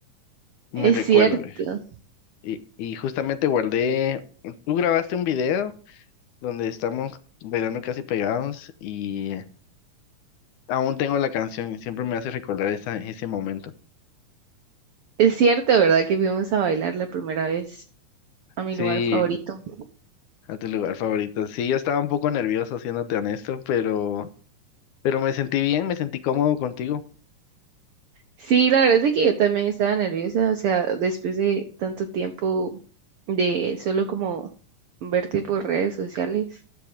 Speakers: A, on the left (about 75°); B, on the right (about 80°).
A: me
B: Es
A: recuerdo.
B: cierto,
A: eh, Y, y justamente guardé, tú grabaste un video donde estamos bailando casi pegados y aún tengo la canción y siempre me hace recordar esa, ese momento.
B: es cierto, ¿verdad? Que fuimos a bailar la primera vez a mi
A: Sí,
B: lugar favorito.
A: a tu lugar favorito. Sí, yo estaba un poco nervioso, siéndote honesto, pero, pero me sentí bien, me sentí cómodo contigo.
B: Sí, la verdad es de que yo también estaba nerviosa, o sea, después de tanto tiempo de solo como verte por redes sociales